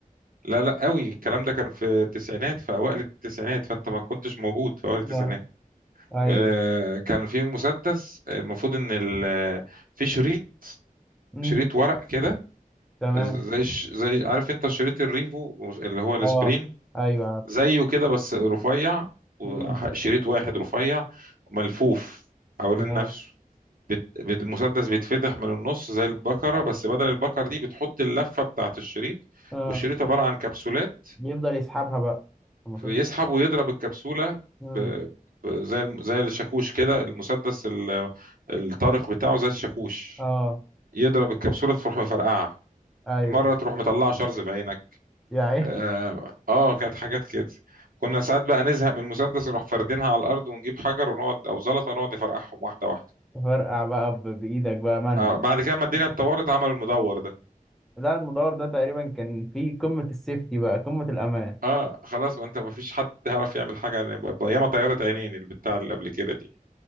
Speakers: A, on the right; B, in the centre.
A: لا لا قوي الكلام ده كان في التسعينات في اوائل التسعينات فانت ما كنتش موجود في اوائل التسعينات
B: اه ايوه
A: آه، كان في مسدس آه، المفروض ان ال- آه، في شريط
B: امم
A: شريط ورق كده
B: تمام
A: زي ش- زي عارف انت شريط الريفو اللي هو السبرين
B: اه ايوه عارف
A: زيه كده بس رفيع وشريط
B: امم
A: واحد رفيع ملفوف حوالين
B: تمام
A: نفسه بت- بت- المسدس بيتفتح من النص زي البكرة بس بدل البكرة دي بتحط اللفة بتاعت الشريط
B: اه
A: والشريط عبارة عن كبسولات
B: بيفضل يسحبها بقى المفروض
A: يسحب ويضرب الكبسولة
B: اه
A: ب... ب... زي الم- زي الشاكوش كده المسدس ال... الطارق بتاعه زي الشاكوش
B: اه
A: يضرب الكبسولة تروح مفرقعة
B: ايوه
A: مرة تروح مطلعة شرز في عينك
B: يعني
A: اه آه، كانت حاجات كده كنا ساعات بقى نزهق من المسدس نروح فاردينها على الأرض ونجيب حجر ونقعد أو زلطة نقعد نفرقعهم واحدة واحدة
B: <laughs> فرقع بقى ب- بايدك بقى مانوال
A: اه بعد كده ما الدنيا اتطورت عملوا المدور ده
B: ده المدور ده تقريبا كان في قمة السيفتي بقى قمة الأمان
A: اه خلاص ما انت ما فيش حد هيعرف يعمل حاجة يعني ب- ب- ياما طيارة عينين البتاع اللي قبل كده دي